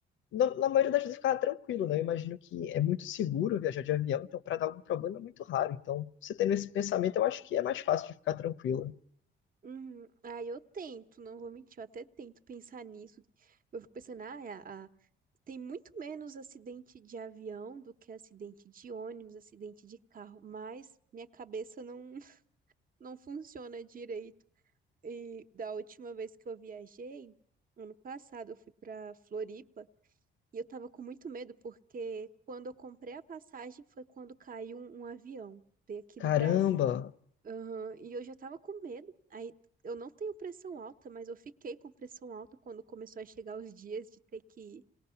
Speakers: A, on the left; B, on the right.
A: na, na maioria das vezes eu ficava tranquilo, né? Eu imagino que é muito seguro viajar de avião, então para dar algum problema é muito raro. Então, você tendo esse pensamento, eu acho que é mais fácil de ficar tranquilo.
B: Uhum. Ah, eu tento, não vou mentir, eu até tento pensar nisso. Eu fico pensando, ah, é a- a- tem muito menos acidente de avião do que acidente de ônibus, acidente de carro, mas minha cabeça não, <laughs> não funciona direito. E da última vez que eu viajei, ano passado, eu fui para Floripa e eu tava com muito medo porque quando eu comprei a passagem foi quando caiu um, um avião, veio aqui
A: Caramba,
B: no Brasil. Aham, E eu já tava com medo. Aí eu não tenho pressão alta, mas eu fiquei com pressão alta quando começou a chegar os dias de ter que ir.